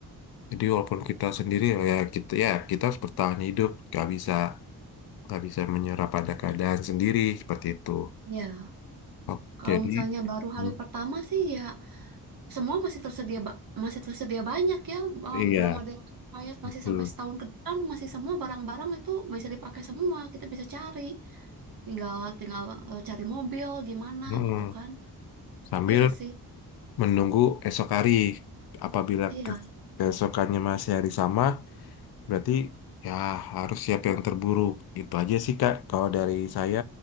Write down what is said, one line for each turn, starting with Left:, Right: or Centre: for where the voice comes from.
Left: Jadi walaupun kita sendiri ya ya kita ya kita harus bertahan hidup, nggak bisa nggak bisa menyerah pada keadaan sendiri seperti itu.
Right: Ya,
Left: Oke,
Right: kalau
Left: jadi
Right: misalnya baru hari
Left: hmm,
Right: pertama sih ya Semua masih tersedia ba- masih tersedia banyak ya, eh,
Left: iya
Right: belum ada yang expired
Left: betul.
Right: masih sampai setahun ke depan masih semua barang-barang itu bisa dipakai semua, kita bisa cari. Tinggal tinggal eh, cari mobil gimana
Left: Hmm,
Right: gitu kan.
Left: sambil
Right: Iya sih.
Left: menunggu esok hari, apabila
Right: Iya,
Left: ke- keesokannya masih hari sama, berarti ya harus siap yang terburuk. Itu aja sih Kak. Kalau dari saya,